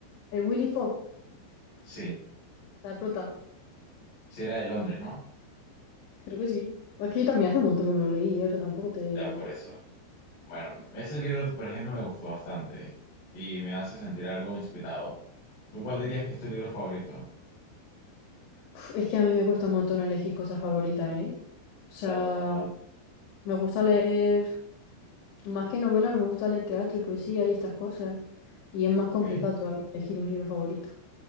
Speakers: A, on the left (about 75°); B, on the left (about 55°).
A: ¿El Willy Fogg?
B: Sí,
A: ¿La de prota?
B: sí era de Londres, ¿no?
A: Creo que sí. Es que yo también hace un montón que me lo leí, ¿eh? O sea, tampoco te...
B: Ya por eso. Bueno, ese libro, por ejemplo, me gustó bastante y me hace sentir algo inspirado. ¿Tú cuál dirías que es tu libro favorito?
A: Puf, Es que a mí me cuesta un montón elegir cosas favoritas, ¿eh? O sea,
B: Claro, normal.
A: me gusta leer, más que novela, me gusta leer teatro y poesía y estas cosas. Y es más
B: Ok,
A: complicado todavía elegir un libro favorito.